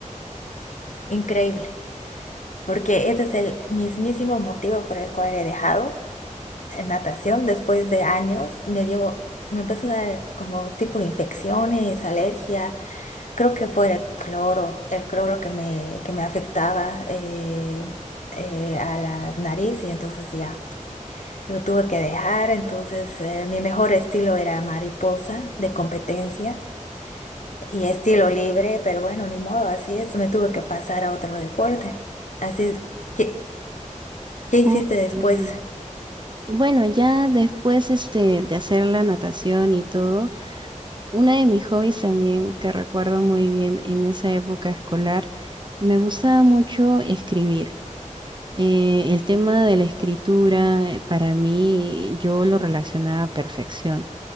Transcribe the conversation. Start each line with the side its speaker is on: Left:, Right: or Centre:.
Left: Increíble. porque ese es el mismísimo motivo por el cual he dejado eh, natación. Después de años me dio, me empezó a dar como tipo infecciones, alergia. Creo que fue el cloro, el cloro que me, que me afectaba eh, eh, a la nariz y entonces ya. Lo tuve que dejar, entonces eh, mi mejor estilo era mariposa de competencia y estilo libre, pero bueno, ni modo, así es, me tuve que pasar a otro deporte. Así es, que ¿Qué hiciste
Right: Oh,
Left: después?
Right: Ya. no. Y Bueno, ya después este, de hacer la natación y todo, uno de mis hobbies también que recuerdo muy bien en esa época escolar, me gustaba mucho escribir. Eh, el tema de la escritura eh, para mí yo lo relacionaba a perfección.